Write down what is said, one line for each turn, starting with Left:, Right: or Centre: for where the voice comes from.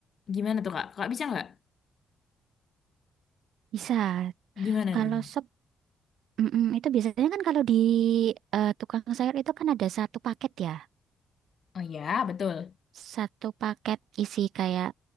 Left: Gimana tuh, Kak? Kak bisa nggak?
Right: Bisa.
Left: Gimana,
Right: Kalau
Left: gimana?
Right: sop, mm itu biasanya kan kalau di eh, tukang sayur itu kan ada satu paket ya.
Left: Oh ya, betul.
Right: Satu paket isi kayak